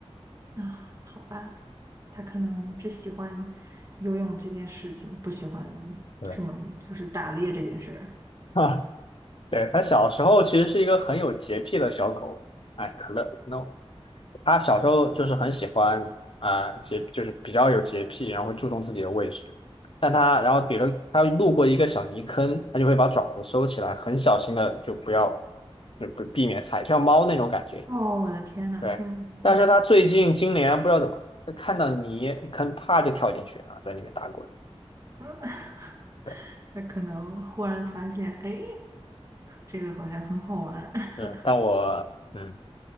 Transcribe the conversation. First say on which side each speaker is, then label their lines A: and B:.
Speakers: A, on the right (about 35°); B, on the left (about 55°).
A: 啊，好吧，他可能只喜欢游泳这件事情，不喜欢
B: 对
A: 什么就是打猎这件事儿。
B: 啊，<laughs> 对，他小时候其实是一个很有洁癖的小狗，哎，可乐，no。他小时候就是很喜欢啊、洁，就是比较有洁癖，然后会注重自己的卫生。但他，然后比如他路过一个小泥坑，他就会把爪子收起来，很小心的就不要，就不避免踩，就像猫那种感觉一样
A: 哦，我的天呐，
B: 对，
A: 天呐你说，
B: 但是他最近今年不知道怎么，就看到泥坑，啪就跳进去啊，在里面打滚。
A: 嗯，<laughs>
B: 对，
A: 那可能忽然发现，哎，这个好像很好玩。<laughs>
B: 嗯，但我，嗯，